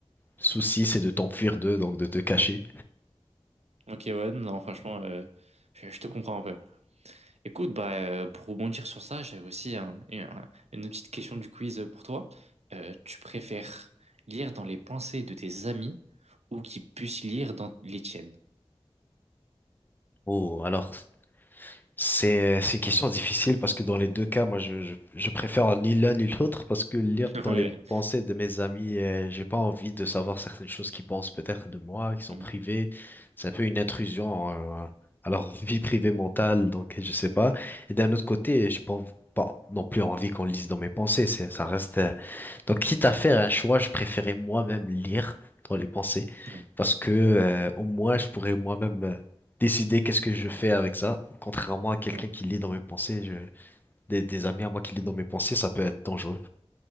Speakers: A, on the left; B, on the right.
A: souci c'est de t'enfuir d'eux donc de te cacher.
B: Ok, ouais, non, franchement, euh, je, je te comprends un peu. Écoute, bah, euh, pour rebondir sur ça, j'avais aussi un- une, un- une petite question du quiz pour toi. Euh, tu préfères lire dans les pensées de tes amis ou qu'ils puissent lire dans les tiennes?
A: Oh alors C'est c'est une
B: Ouais.
A: question difficile parce que dans les deux cas, moi, je, je, je préfère ni l'un ni l'autre parce que lire
B: <laughs>
A: dans
B: Ouais.
A: les pensées de mes amis, euh, j'ai pas envie de savoir certaines choses qu'ils pensent peut-être de moi, qui sont
B: Mm.
A: privées. C'est un peu une intrusion euh, à leur vie privée mentale, donc je sais pas.
B: Ouais.
A: Et d'un autre côté, j'ai pas, env- pas non plus envie qu'on lise dans mes pensées. C'est, ça reste euh, donc, quitte à faire un choix, je préférais moi-même lire dans les pensées
B: Ouais.
A: parce que euh, au moins je pourrais moi-même euh, décider qu'est-ce que je fais avec ça. Contrairement à quelqu'un
B: Ouais.
A: qui lit dans mes pensées, je... des, des amis à moi qui lit dans mes pensées, ça peut être dangereux.